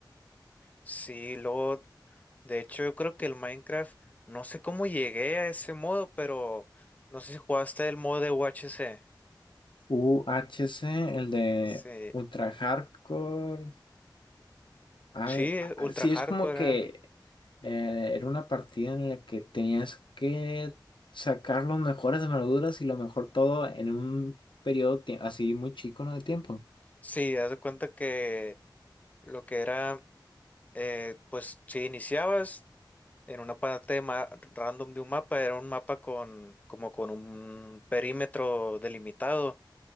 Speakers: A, on the left (about 20°); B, on the left (about 85°).
A: Sí, luego De hecho, yo creo que el Minecraft, no sé cómo llegué a ese modo, pero no sé si jugaste el modo de UHC.
B: U H C el de
A: Sí,
B: Ultra Hardcore. Ay,
A: sí,
B: ah,
A: eh, ultra
B: sí,
A: hardcore
B: es como que
A: era.
B: eh, era una partida en la que tenías que sacar los mejores armaduras y lo mejor todo en un periodo ti- así muy chico, ¿no? De tiempo.
A: Sí, haz de cuenta que lo que era, eh, pues si iniciabas en una parte ma- random de un mapa, era un mapa con como con un perímetro delimitado.